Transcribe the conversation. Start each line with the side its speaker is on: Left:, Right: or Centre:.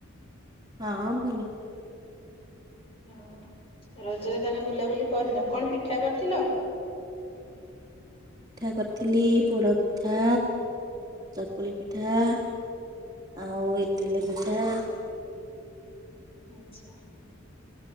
Right: ହଁ ଭଲ।
Left: ହଉ, ରଜରେ ତାନେ ବୁଲାବୁଲି କରିନ। କଣ ପିଠା କରିଥିଲ?
Right: ପିଠା କରିଥିଲି ପୋଡ ପିଠା, ଚକୁଳି ପିଠା, ଆଉ ଇଟିଲି ପିଠା
Left: ଆଚ୍ଛା।